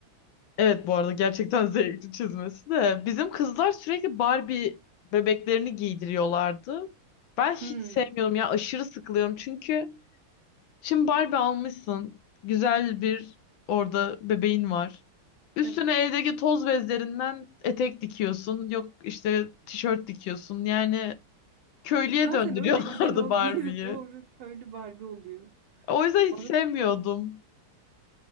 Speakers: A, on the left (about 70°); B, on the right (about 75°).
A: Evet bu arada gerçekten <laughs> zevkli çizmesi de. Bizim kızlar sürekli Barbie bebeklerini giydiriyorlardı. Ben hiç
B: Hmm.
A: sevmiyorum ya aşırı sıkılıyorum çünkü şimdi Barbie almışsın. Güzel bir orada bebeğin var. Üstüne
B: Evet.
A: evdeki toz bezlerinden etek dikiyorsun. Yok işte tişört dikiyorsun. Yani köylüye
B: Zaten
A: döndürüyorlardı
B: öyle güzel olmuyor.
A: <laughs> Barbie'yi.
B: <laughs> Doğru köylü Barbie oluyor.
A: O yüzden
B: Varoş
A: hiç sevmiyordum.